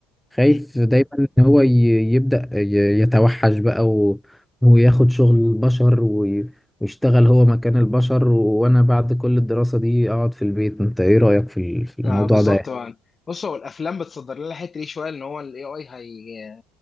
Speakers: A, in the centre; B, on the left (about 30°).
A: خايف
B: مم.
A: دايما ان هو ي... يبدا ي... يتوحش بقى و... وياخد شغل البشر و... ويشتغل هو مكان البشر و... وانا بعد كل الدراسه دي اقعد في البيت انت ايه رايك في ال- في الموضوع
B: آه بالظبط
A: ده
B: آه. يعني بص هو الافلام بتصدر لنا الحته دي شويه ان هو الاي اي هي